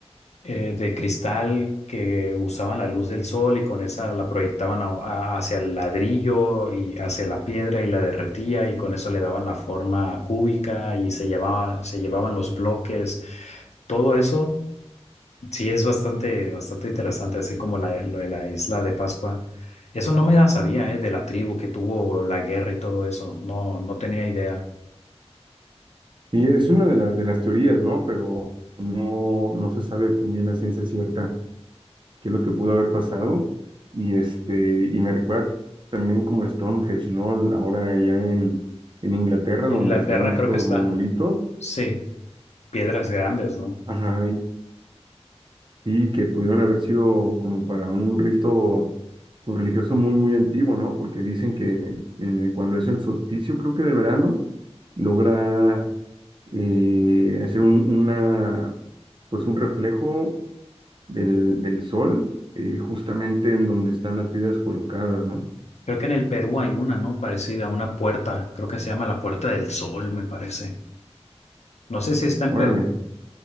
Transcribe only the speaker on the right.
Y es una de las, de las teorías, ¿no? Pero no, no se sabe también la ciencia cierta qué es lo que pudo haber pasado. Y este, y me recuerda también como Stonehenge, ¿no? Ahora allá en, en Inglaterra,
donde
están estos
monolitos.
Ajá, y que pudieron haber sido como para un rito pues, religioso muy, muy antiguo, ¿no? Porque dicen que eh, cuando es el solsticio, creo que de verano, logra eh, hacer un, una, pues un reflejo del, del sol eh, justamente en donde están las piedras colocadas, ¿no?
Órale.